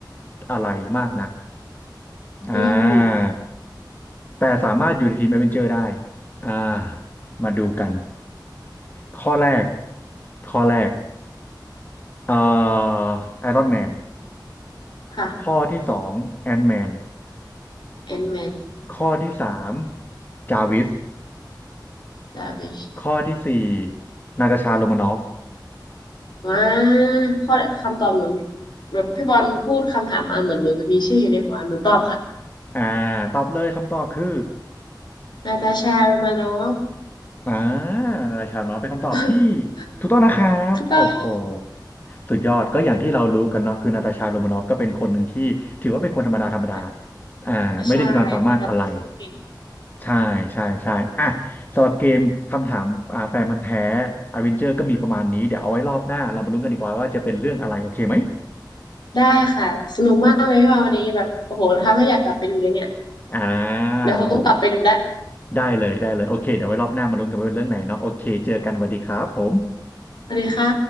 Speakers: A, on the left; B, on the left.
A: อะไรมากนัก อ่า
B: อืม
A: แต่สามารถอยู่ในทีม a อเวนเจอร์ได้อ่ามาดูกันข้อแรกข้อแรกเอ่อไอรอนแมน
B: ค่ะ
A: ข้อที่สองแอนแมน
B: แอนแมน
A: ข้อที่สามจาวิส
B: ดาวิช
A: ข้อที่สี่นาตาชาโรมานอฟ
B: ว้าข้อคำตอบหนูแบบพี่บอลพูดคำถามมาเหมือนหนูจะมีชื่ออยู่ในหัวหนูตอบค่ะ
A: อ่าตอบเลยคำตอบคือ
B: นาตาชาโรมานอฟ
A: อ่านาราชาวน้อยเป็นคำตอบที่
B: <laughs>
A: ถูกต้องนะครับโอ้โห
B: ถูกต้อง
A: สุดยอดก็อย่างที่เรารู้กันเนาะคือนาตาชาโรมานอฟก็เป็นคนหนึ่งที่ถือว่าเป็นคนธรรมดาธรรมดา
B: ไ
A: อ่าไม่ได้มีความสามารถอะไร
B: ม่ใช่นะคะต่อสู้เก่ง
A: ใช่ใช่ใช่อ่ะสำหรับเกมคำถามอ่าแฟนพันธุ์แท้อเวนเจอร์ก็มีประมาณนี้เดี๋ยวเอาไว้รอบหน้าเรามาลุ้นกันดีกว่าว่าจะเป็นเรื่องอะไรโอเคไหม
B: ได้ค่ะ สนุกมากเลยพี่บอลวันนี้แบบโอ้โหทำให้อยากกลับไปดูเลยเนี่ย
A: อ่า
B: เดี๋ยวคงต้องกลับไปดูแล้ว
A: โอได้เลยได้เลยโอเคเดี๋ยวไว้รอบหน้ามาลุ้นกันว่าเป็นเรื่องไหนเนาะโอเคเจอกันสวัสดีครับผม
B: สวัสดีค่ะ